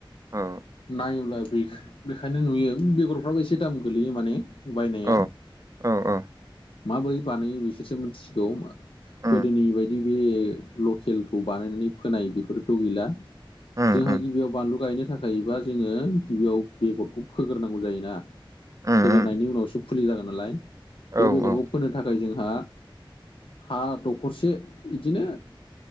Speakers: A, on the right; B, on the left.
A: औ
B: नायोब्ला बेख बेखायनो नुयो बेगरफ्राबो एसे दाम गोलैयो माने। बायनाया
A: औ औ औ
B: माबोरै बानायो बिसोरसो मिथिसिगौ। गोदोनि
A: उम
B: बायदि बे लकेलखौ बानायनानै फोनाय बेफोरथ' गैला।
A: उम
B: जोंहा
A: उम
B: गिबियाव बानलु गायनो गायोबा जोङो गिबियाव बेगरखौ फोग्रोनांगौ जायोना।
A: उम
B: फोगोरनायनि
A: उम
B: उनावसो फुलि जागोन नालाय बे
A: औ
B: बेगरखौ
A: औ
B: फोनो थाखाय जोङो जोंहा हा दखरसे बिदिनो